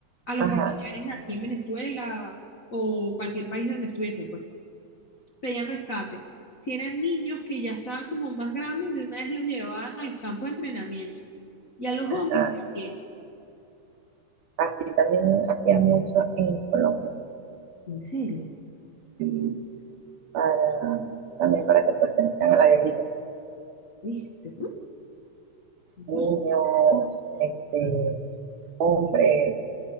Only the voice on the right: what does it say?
Ajá,
ajá.
Así también hacían mucho en Colombia,
sí, para, también para que pertenezcan a la guerrilla.
Niños, este, hombres.